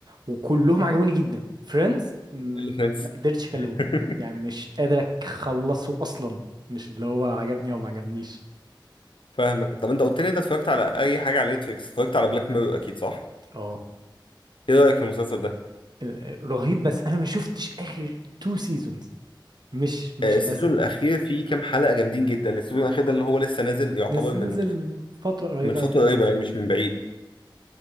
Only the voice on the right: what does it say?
وكلهم عجبوني جدا فريندز ما
قدرتش اكلمه
يعني مش قادر اخلصه اصلا مش اللي هو عجبني او ما عجبنيش
اه
ال- رهيب بس انا ما شفتش اخر تو سيزونز مش مش
بس
ده.
لسه
نزل من فترة قريبة
أوي